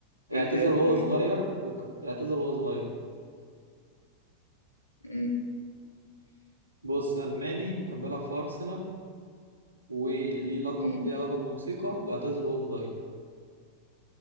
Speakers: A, on the left; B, on the right.
A: قول
B: اعتزل
A: لي كده كلوب
B: وهو
A: كمان
B: صغير وك... اعتزل وهو صغير
A: كده
B: بص ألماني وكان بيلعب في أرسنال وليه لقب
A: مم.
B: ليه علاقة بالموسيقى واعتزل وهو صغير